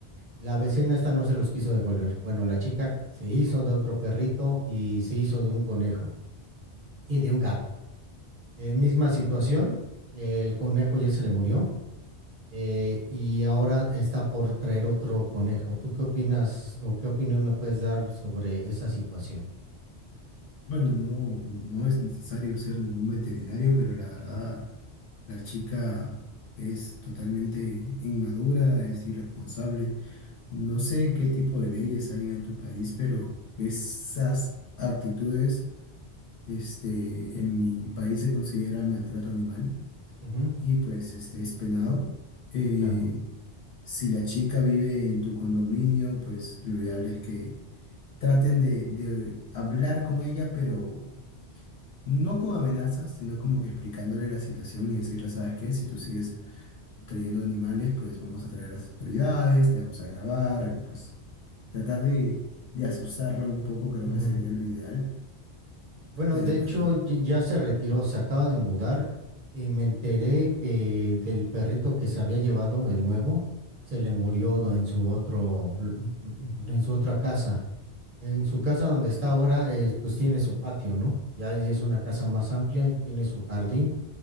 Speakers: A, on the right (about 55°); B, on the left (about 60°).
A: La vecina esta no se los quiso devolver. Bueno, la chica se hizo de otro perrito y se hizo de un conejo y de un gato. Eh, misma situación, el conejo ya se le murió eh, y ahora está por traer otro conejo. ¿Tú qué opinas o qué opinión me puedes dar sobre esa situación?
B: Bueno, no, no es necesario ser ningún veterinario, pero la verdad,
A: Ujú.
B: la chica es totalmente inmadura, es irresponsable. No sé qué tipo de leyes hay en tu país, pero esas actitudes, este, en mi país se considera maltrato animal
A: Ujú,
B: y pues este es penado. Eh,
A: Claro.
B: si la chica vive en tu condominio, pues lo ideal es que traten de, de hablar con ella, pero no con amenazas, sino como que explicándole la situación y decirle, ¿sabes qué? Si tú sigues trayendo animales, pues vamos a traer a las autoridades, te vamos a grabar, pues tratar de, de asustarla un poco creo
A: Ujú.
B: que sería lo ideal,
A: Bueno,
B: pero
A: de
B: bueno.
A: hecho y- ya se retiró, se acaba de mudar y me enteré que del perrito que se había llevado, el nuevo, se le murió do- en su otro, lu- lu- en su otra casa. En su casa donde está ahora, eh, pues tiene su patio, ¿no? Ya ahí es una casa más amplia, tiene su jardín,